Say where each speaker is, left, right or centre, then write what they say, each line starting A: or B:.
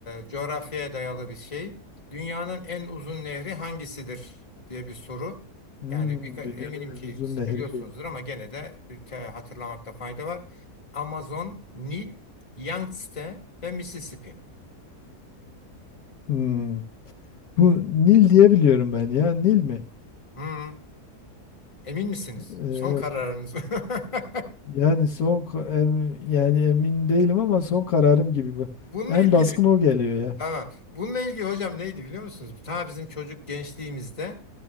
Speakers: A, on the left; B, on the left.
A: coğrafyaya dayalı bir şey. Dünyanın en uzun nehri hangisidir diye bir soru.
B: Hmm,
A: Yani birka-
B: dünyanın
A: eminim ki
B: en uzun
A: siz
B: nehri.
A: biliyorsunuzdur ama gene de e, te- hatırlamakta fayda var. Amazon, Nil, Yangtze ve Mississippi.
B: Hmm. Bu Nil diye biliyorum ben ya. Nil mi?
A: Hmm, emin misiniz?
B: Ee, Evet.
A: Son kararınız mı? <laughs>
B: Yani son ka- em- yani emin değilim ama son kararım gibi bu.
A: Bununla
B: En
A: ilgili
B: baskın o geliyor ya.
A: Tamam. Bununla ilgili hocam neydi biliyor musunuz? Ta bizim çocuk gençliğimizde